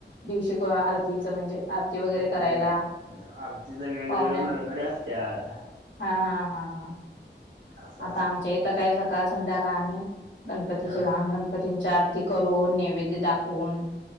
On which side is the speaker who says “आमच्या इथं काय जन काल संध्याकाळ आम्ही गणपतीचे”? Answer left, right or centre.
Left